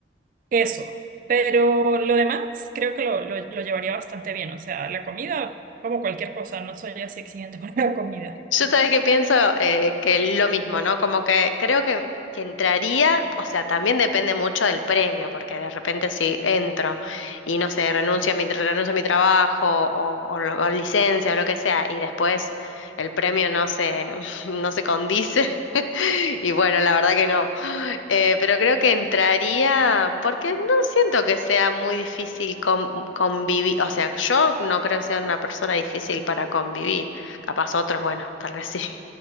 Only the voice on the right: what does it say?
Eso. Pero lo demás creo que lo, lo, lo llevaría bastante bien. O sea, la comida, como cualquier cosa, no soy así exigente <laughs> para la comida.